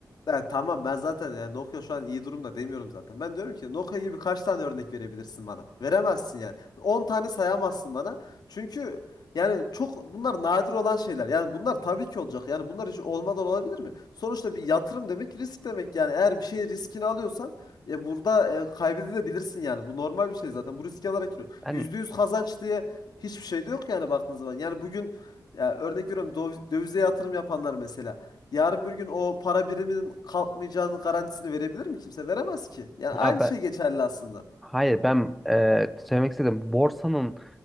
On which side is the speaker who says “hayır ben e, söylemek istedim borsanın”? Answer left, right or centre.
Centre